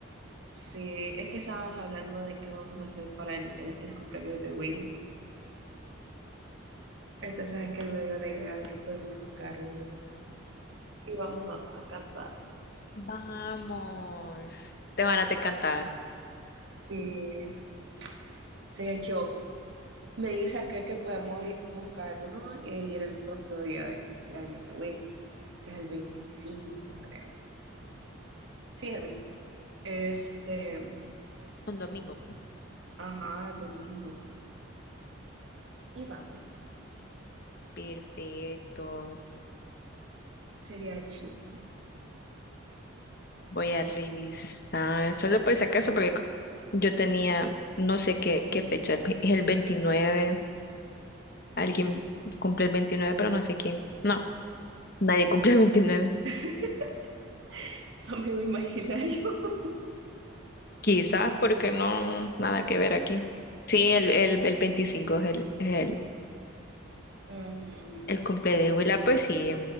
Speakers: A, on the right (about 60°); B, on the left (about 50°).
A: Sí, es que estábamos hablando de qué vamos a hacer para el, el, el cumpleaños de Will. Entonces es que él me dio la idea de que podemos buscar uno y vamos a, a cantar.
B: Vamos. Te van a cantar
A: Sí, se echó. Me dice aquel que podemos buscar uno e ir el propio día de cumpleaños de Will. que es el veinticinco creo. Sí, es el veinticinco Este,
B: un domingo.
A: ajá, domingo. Y vamos.
B: Perfecto.
A: Sería chido.
B: Voy a revisar, solo por si acaso, porque yo tenía, no sé qué, qué fecha, el ve- es el 29. Alguien cumple el 29, pero no sé quién. No, nadie cumple el 29.
A: <laughs> Tu amigo imaginario. <laughs>
B: Quizás porque no, no, nada que ver aquí. Sí, el, el, el 25 es el, es el,
A: Ujú.
B: el cumple de Willa, pues sí,